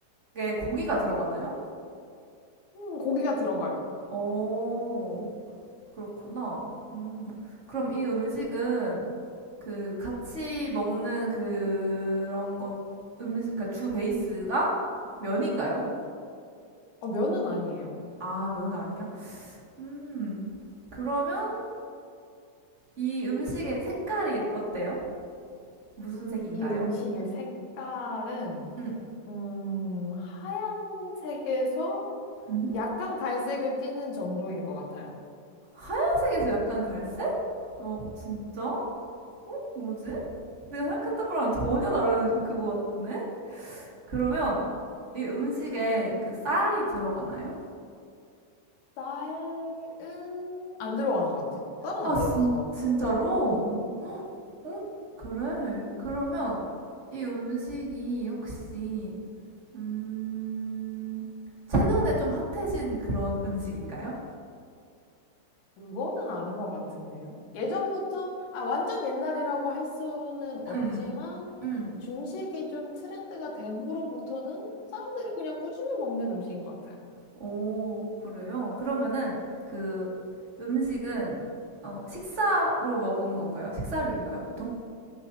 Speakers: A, on the right (about 30°); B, on the left (about 55°).
A: 고기가 들어가나요?
B: 음, 고기가 들어가요.
A: 오, 그렇구나. 음, 그럼 이 음식은 그 같이 먹는 그런 것, 음식, 그러니까 주 베이스가 면인가요?
B: 어, 면은 아니에요.
A: 아, 면은 아니야? 음, 그러면 이 음식의 색깔이 어때요? 무슨 색인가요?
B: 이 음식의 색깔은,
A: 음,
B: 음, 하얀색에서
A: 음,
B: 약간 갈색을 띠는 정도인 것 같아요.
A: 빨간색에서 약간 갈색? 어, 진짜? 뭐지? 내가 생각했던 거랑 전혀 다른 그거 같네? 그러면 이 음식에 그 쌀이 들어가나요?
B: 쌀은 안 들어가는 것 같아. 쌀은
A: 아,
B: 안
A: 진,
B: 들어가는 것 같고,
A: 진짜로?
B: 음,
A: 어? 그래. 그러면 이 음식이 혹시, 음, 최근에 좀 핫해진 그런 음식인가요?
B: 그거는 아닌 것 같은데요. 예전부터, 아, 완전 옛날이라고 할 수는 없지만,
A: 음, 음.
B: 중식이 좀 트렌드가 된 후로부터는 사람들이 그냥 꾸준히 먹는 음식인 것 같아요.
A: 오, 그래요? 그러면은 그 음식은 어, 식사로 먹은 건가요? 식사류인가요, 보통?